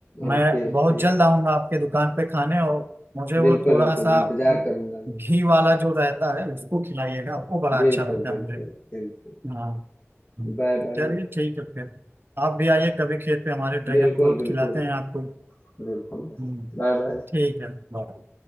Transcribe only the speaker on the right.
मैं
बहुत जल्द आऊंगा आपके दुकान पे खाने और मुझे वो
थोड़ा
सा
घी वाला जो रहता है उसको खिलाइएगा आपको बड़ा
अच्छा लगता
है मुझे
हाँ हम्म।
चलिए ठीक है फिर आप भी आइए कभी खेत पे हमारे ड्रैगन
फ्रूट
खिलाते हैं आपको
हम्म,
ठीक है बाय